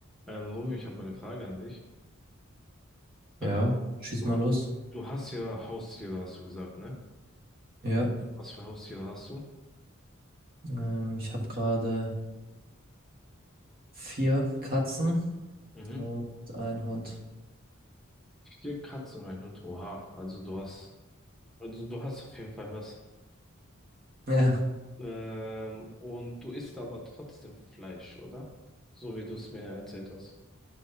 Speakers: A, in the centre; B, on the right (about 45°).
A: Ähm, Romeo, ich habe mal eine Frage an dich. Äh,
B: Ja, schieß
A: du,
B: mal los.
A: du hast ja Haustiere, hast du gesagt, ne?
B: Ja,
A: Was für Haustiere hast du?
B: ähm, ich habe gerade vier Katzen
A: Mhm.
B: und einen Hund.
A: Vier Katzen und ein Hund. Oha, also du hast, also du hast auf jeden Fall was.
B: Ja,
A: Ähm, und du isst aber trotzdem Fleisch, oder? So wie du es mir erzählt hast.